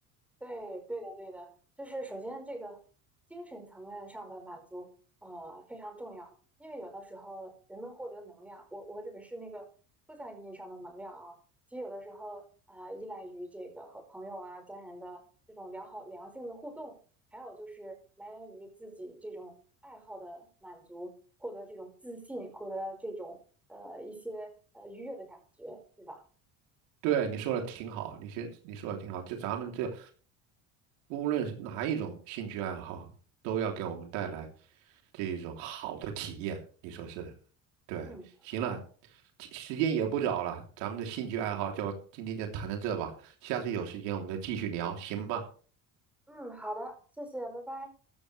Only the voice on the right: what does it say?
对，你说的挺好，你先你说的挺好，就咱们这无论是哪一种兴趣爱好，都要给我们带来这一种好的体验，你说是？对，
行了，其时间也不早了，咱们的兴趣爱好就今天就谈到这吧，下次有时间我们再继续聊，行吧？